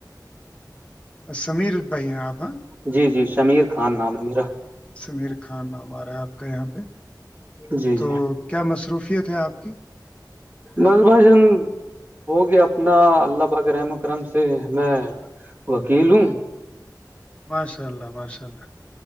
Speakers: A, on the left; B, on the right.
A: ج سمیر بھائی ہیں آپ ہیں
B: جی جی شمیر خان نام ہے میرا
A: سمیر خان نام آ رہا ہے آپ کا یہاں پہ
B: جی
A: تو
B: جی
A: کیا مصروفیت ہے آپ کی
B: بس بھجن <unintelligible> ہوگیا اپنا اللہ باک رحم اکرم سے میں وکیل ہوں
A: ماشاء اللہ ماشاء اللہ